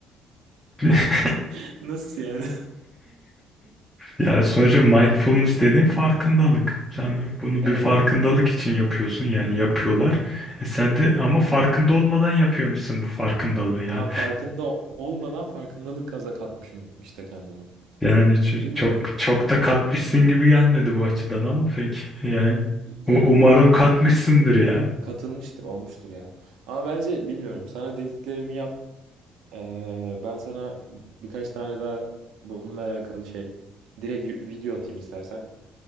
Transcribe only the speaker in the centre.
<laughs>
Yani sonuçta mindfulness dediğin farkındalık. Sen bunu
bir farkındalık için yapıyorsun yani yapıyorlar. E sen de ama farkında olmadan yapıyormuşsun bu farkındalığı ya.
Yani ço-
çok çok da katmışsın gibi gelmedi bu açıdan ama pek yani
u- umarım katmışsındır ya.